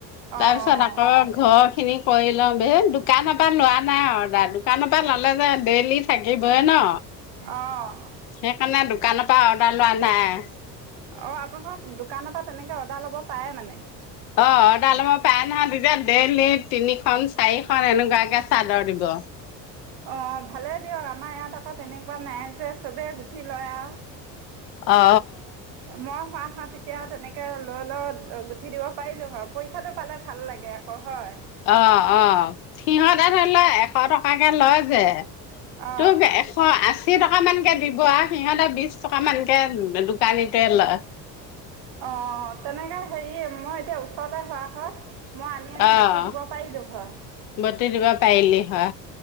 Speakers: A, on the right; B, on the left.
A: অঁ
B: তাৰ পিছত আকৌ ঘৰ খিনি কৰিলও দোকানৰ পৰা লোৱা নাই অৰদাৰ দোকানৰ পৰা ল'লে যে ডেইলি থাকিবইে ন
A: অঁ
B: সেইকাৰণে দোকানৰ পৰা অৰ্ডাৰ লোৱা নাই
A: অঁ আপোনালোকৰ দোকানৰ পৰা তেনেকৈ অৰ্ডাৰ ল'ব পাৰে মানে
B: অ অৰ্দে ল'ব পাৰে নহয় তেতিয়া ডেইলি তিনিখন চাৰিখন এনেকুৱাকে চাদৰ দিব
A: অ ভালে দিয়ক আমাৰ ইয়াত আকৌ তেনেকুৱা নাই যে চবে গুঠি লয় আৰু
B: অ
A: মই হোৱা তেতিয়া তেনেকে লৈ ল গুঠি দিব পাৰিলো হয় পইচাটো পালে ভাল লাগে আকৌ হয়
B: অ অ সিহঁতে ধৰি ল এশ টকা লয় যে
A: অঁ
B: তোৰ এশ আশী আশী টকা মানকে দিব আৰু সিহঁতে বিশ টকা মানকে দোকানীটোৱে লয়
A: অ তেনেকে হেৰিয়ে মই তে ওচতে চোৱা হয় মই আনি আনি
B: আহ
A: বটি দিব পাৰিলোঁ হয়
B: বটি দিবা পাৰিলি হ